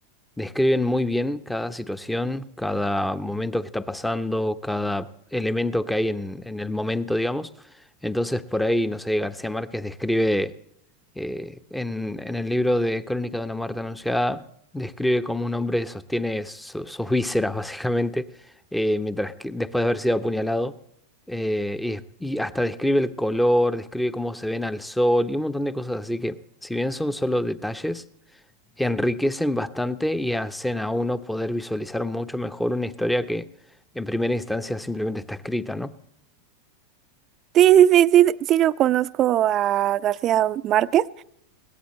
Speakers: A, in the centre; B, on the right.
A: describen muy bien cada situación, cada momento que está pasando, cada elemento que hay en, en el momento, digamos. Entonces, por ahí, no sé, García Márquez describe eh, en, en el libro de Crónica de una muerte anunciada, describe cómo un hombre sostiene su- sus vísceras, <laughs> básicamente, eh, mientras que, después de haber sido apuñalado. eh, y, y hasta describe el color, describe cómo se ven al sol y un montón de cosas así que, si bien son solo detalles, enriquecen bastante y hacen a uno poder visualizar mucho mejor una historia que en primera instancia simplemente está escrita, ¿no?
B: Sí, sí, sí, sí, sí sí lo conozco a García Márquez.